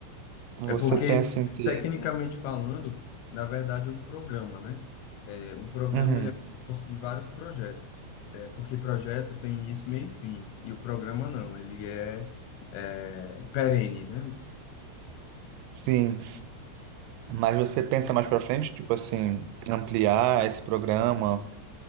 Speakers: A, on the right (about 85°); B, on the left (about 80°).
A: Você
B: É porque,
A: pensa em ter,
B: tecnicamente falando, na verdade é um programa, né? É, um programa
A: Uhum,
B: ele é composto de vários projetos. É, porque projeto tem início, meio e fim. E o programa não, ele é, é perene, né?
A: sim. Mas você pensa mais para frente, tipo assim, ampliar esse programa